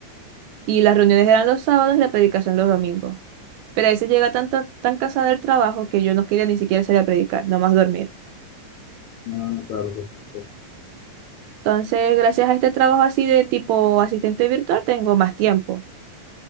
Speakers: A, on the right (about 80°); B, on the left (about 75°).
A: y las reuniones eran los sábados y la predicación los domingos. Pero a veces llega tanto, tan cansada del trabajo que yo no quería ni siquiera salir a predicar, nomás dormir.
B: Ah, claro, perfecto.
A: Entonces, gracias a este trabajo así de tipo asistente virtual, tengo más tiempo.